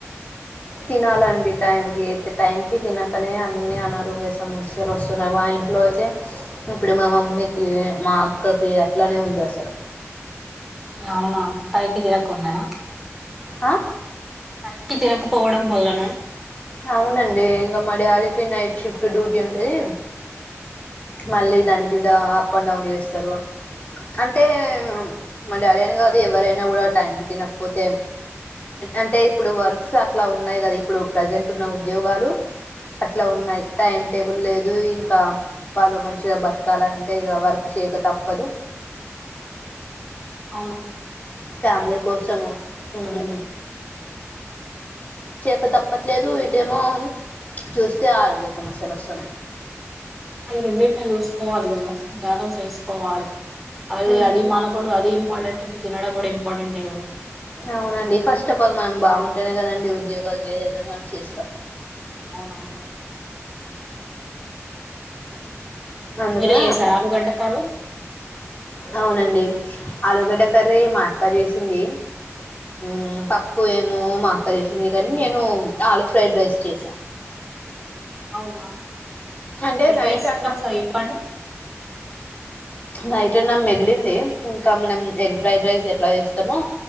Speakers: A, on the left (about 30°); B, in the centre.
A: తినాలండి టైంకి టైంకి తినకనే అన్ని అనారోగ్య సమస్యలు ఓస్తున్నాయి మా ఇంట్లో అయితే ఇప్పుడు మా మమ్మీకి మా అక్కకి అట్లానే ఉంది అసలు
B: అవునా టై కి తినకుండనా
A: అ
B: టైంకి తినక పోవడం వల్లనా
A: అవునండి ఇంగ మా డాడీకి నైట్ షిఫ్ట్ డ్యూటీ ఉంటది మళ్ళీ దానికీడ అప్ అండ్ డౌన్ చేస్తారు అంటే మా డాడీ అని కాదు ఎవరైనా కూడా టైం కి తినకపోతే అంటే ఇప్పుడు వర్క్స్ అట్లా ఉన్నాయి కదా ఇప్పుడు ప్రజెంట్ ఉన్న ఉద్యోగాలు అట్ల ఉన్నయి టైం టేబుల్ లేదు ఇంకా వాళ్ళు మంచిగా బతకాలంటే ఇగ వర్క్ చేయక తప్పదు
B: అను
A: ఫ్యామిలీ కోసము ఊమ్మ్
B: అన్ని
A: క తప్పట్లేదు ఇటేమో చూస్తే ఆరోగ్య సమస్యలు వస్తున్నాయి
B: అది రెండెట్ట జూసుకోవాలి గద బ్యాలన్స్ చేసుకోవాలి అది
A: ఉమ్,
B: అది మానకూడదు అది <unintelligible> తినడము గుడా ఇంపార్టెంట్ గద
A: అవునండి ఫస్ట్ ఆఫ్ ఆల్ మనం బావుంటేనే గదండి ఉద్యోగాలు ఏదైనా గానీ చేస్తా
B: అవునవును
A: అందుకు
B: మీరే చేసారా ఆలుగడ్డ కర్రీ
A: అవునండీ ఆలుగడ్డ కర్రీ ఎ మా అక్క జెసింది ఊం పప్పు ఏం మో మా అక్క చేసింది కనీ నేను ఆలు ఫ్రైడ్ రైస్ చేశాను
B: అవునా
A: అంటే
B: ఎట్ల
A: నైట్
B: ఎసిండ్రు
A: అన్నం
B: ఒకసారి జెప్పండి
A: నైట్ అన్నం మిగిలింది ఇంకా మనం ఎగ్ ఫ్రైడ్ రైస్ ఎ ట్లా జెస్తమొ